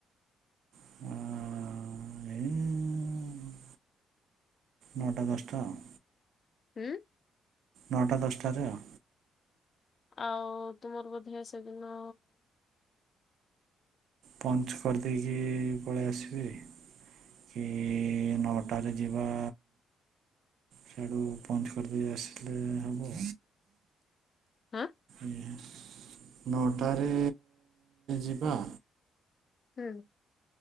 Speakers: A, on the right; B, on the left.
A: ଅଁ- ଅ- ଅ ଏଇ ନଅଟା ଦଶଟା ଆଉ।
B: ହୁଁ।
A: ନଅଟା ଦଶଟାରେ ଆଉ।
B: ଆଉ ତୁମର ବୋଧେ ସେଦିନ
A: ପଞ୍ଚ୍ କରିଦେଇକି ପଳେଇ ଆସିବି। କି ନଅଟାରେ ଯିବା। ସାଡ଼ୁ ପଞ୍ଚ କରିଦେଇ ଆସିଲେ ହବ।
B: ହାଁ।
A: ଆଜ୍ଞା। ନଅଟାରେ ଯିବା
B: ହୁଁ।